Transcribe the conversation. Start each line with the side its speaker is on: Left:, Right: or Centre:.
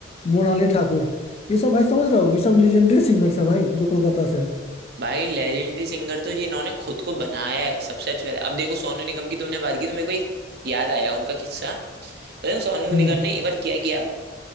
Left: मोनाली ठाकुर ये सब भाई समझ रहे हो ये सब लेजेंडरी सिंगर्स हैं भाई जो कोलकाता से हैं
Right: भाई लेजेंडरी सिंगर तो जिन्होंने खुद को बनाया है सबसे अच्छी बात है अब देखो सोनू निगम की तुमने बात की तो मेरे को एक याद आया उनका किस्सा मतलब सोनू
Left: हम्म
Right: निगम ने एक बार क्या किया